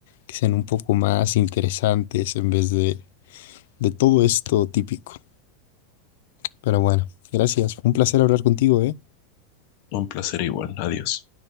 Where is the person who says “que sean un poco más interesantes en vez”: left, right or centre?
Left